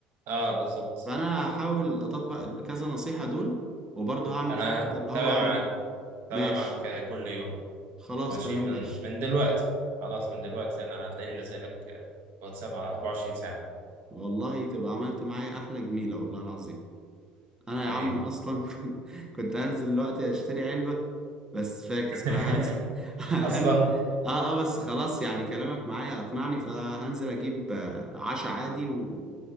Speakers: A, on the right (about 60°); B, on the right (about 20°).
A: اه بالظبط
B: فانا هحاول اطبق كذا نصيحه دول وبرضه هعمل
A: أنا
B: خطوه اللي هو
A: تابع
B: اعمل
A: معاك تابع
B: ماشي
A: معاك كل يوم
B: خلاص
A: ماشي
B: تمام
A: من
B: ماشي
A: من دلوقتي خلاص من دلوقتي انا هتلاقيني لازق لك واتساب على 24 ساعة
B: والله تبقى عملت معايا احلى جميله والله العظيم انا يا
A: حبيبي
B: عم اصلا <laughs> كنت كنت هنزل دلوقتي اشتري علبه بس فاكس
A: <laughs>
B: بقى هنزل <laughs> هن...
A: اصلا
B: اه اه بس خلاص يعني كلامك معايا اقنعني فهنزل اجيب آه، عشا عادي و...